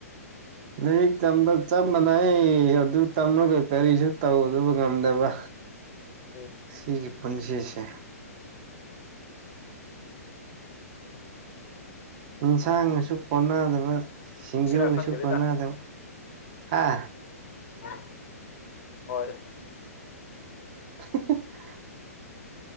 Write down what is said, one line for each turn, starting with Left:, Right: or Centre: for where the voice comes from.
Right: ꯂꯥꯏꯔꯤꯛꯝꯕ ꯆꯞ ꯃꯥꯟꯅꯩ ꯑꯗꯨ ꯇꯝꯃꯒ ꯀꯔꯤꯁꯨ ꯇꯧꯗꯕ ꯉꯝꯗꯕ
Left: ꯎꯝ
Right: ꯁꯤꯒꯤ ꯄꯨꯟꯁꯤꯁꯦ ꯌꯦꯟꯁꯥꯡꯒꯁꯨ ꯀꯣꯟꯅꯗꯕ ꯁꯤꯡꯖꯨꯒꯁꯨ
Left: ꯁꯤꯔꯥ ꯈꯪꯗ꯭ꯔꯦꯗ
Right: ꯀꯣꯟꯅꯗꯕ ꯍꯥ
Left: ꯎꯝ ꯍꯣꯏ
Right: <inaudible>